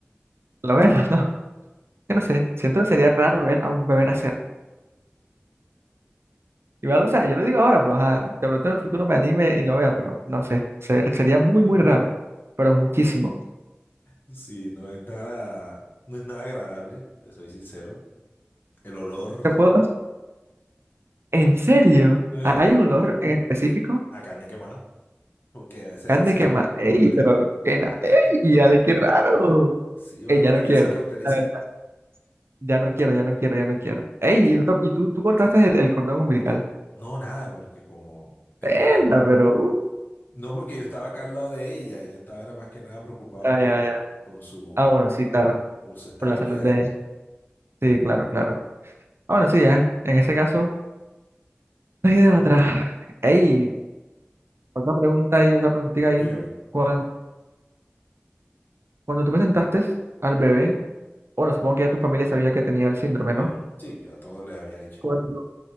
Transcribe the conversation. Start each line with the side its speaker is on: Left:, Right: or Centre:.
Right: Lo ven, <laughs> no, que no sé, siento que sería raro ver a un bebé nacer. Igual, o sea, yo lo digo ahora, pero ajá, de pronto en el futuro me anime y lo vea, pero no sé, se- sería muy, muy raro, pero muchísimo.
Left: sí, no es nada, no es nada agradable, te soy sincero. El olor
Right: ¿Te puedo... <laughs> ¿En serio?
Left: eh,
Right: ¿Ha- ¿Hay un olor en específico?
Left: a carne quemada, porque a veces
Right: Carne
Left: hacen,
Right: quema. ¡Ey, pero
Left: <laughs>
Right: qué na- ¡Ey, dale, qué raro!
Left: sí,
Right: ¡Ey,
Left: algo
Right: ya no
Left: que a
Right: quiero!
Left: veces cauterizan.
Right: La verdad, Ya no quiero, ya no quiero, ya no quiero. ¡Ey, y tú, y tú, tú cortaste el el cordón umbilical!
Left: No, nada, porque como, este,
Right: Verdad, pero... uh,
Left: no porque yo estaba acá al lado de ella, yo estaba era más que nada preocupado
Right: ah,
Left: por,
Right: ya, ya.
Left: por su,
Right: Ah, bueno, sí, claro.
Left: por su estabilidad.
Right: Por la salud de... Sí, claro, claro. Ah, bueno, sí, ya. En ese caso, no hay de otra. Ey, otra pregunta ahí, otra preguntita ahí.
Left: Dígame.
Right: Cuando, cuando tú presentaste al bebé, bueno, supongo que ya tu familia sabía que tenía el síndrome,
Left: Ujú.
Right: ¿no?
Left: Sí, yo a todos les había dicho.
Right: Cuando-